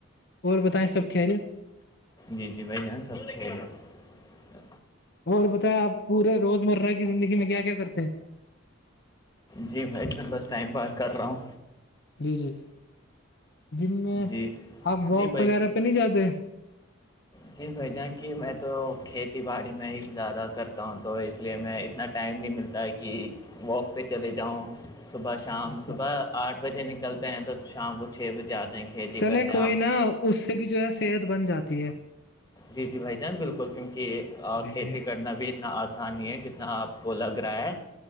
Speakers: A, on the left; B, on the left.
A: اور بتائیں سب خیریت
B: جی جی بھائی جان سب خیریت
A: اور بتائیں آپ پورے روزمرہ کی زندگی میں کیا کیا کرتے ہیں
B: جی بھائی بس ٹائم پاس کر رہا ہوں
A: جی جی جن میں
B: جی
A: آپ واک
B: جی بھائی
A: وغیرہ پہ نہیں جاتے
B: جی بھ جان کہ میں تو کھیتی باڑی میں ہی زیادہ کرتا ہوں تو اس لیے میں اتنا ٹائم نہیں ملتا تاکہ واک پہ چلے جاؤں صبح شام
A: اچھا
B: صبح آٹھ بجے نکلتے ہیں تو شام کو چھ بجے آتے ہیں کھیتی
A: چلے
B: کرتے ہیں
A: کوئی
B: آپ
A: نا اس سے بھی جو ہے صحت بن جاتی ہے
B: جی جی بھائی جان بالکل کیونکہ
A: جی
B: کھیتی
A: جی
B: کرنا بھی اتنا آسانی ہے جنا آپ کو لگ رہا ہے